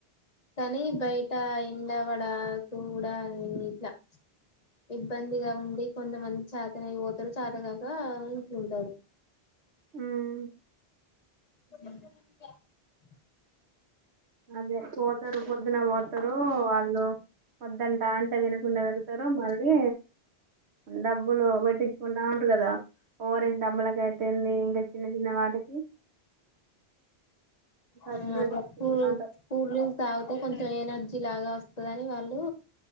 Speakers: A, on the left (about 40°); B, on the right (about 85°).
A: కనీ, బయిట ఎండావడా. ! కూడా ఇట్లా ఇబ్బందిగా ఉన్. దె కొందమంది చేతనై బోతారు, చేతగాక ఇంట్లుంటారు.
B: ఉమ్మ్.
A: <inaudible>
B: అదే పోతారు, పొద్దున బోతారు వాళ్ళు. వద్దంటాంటే వినకుండా వెళ్తారు మళ్ళీ, ఉండబ్. బ్బులు బెట్టించుకుంటాంట్రు గదా. ఓఆరెస్ డమ్ములకైతెంది, ఇంకా చిన్న చిన్న వాటి. ఖర్చులు
A: ఆ అప్పుడు
B: పెట్టించుకుంటా
A: కూల్,
B: ఉంటారు
A: కూల్డ్రింక్స్ తాగుతే కొంచెం ఎనర్జ్. ర్జీ లాగా వస్తాదని వాళ్ళూ.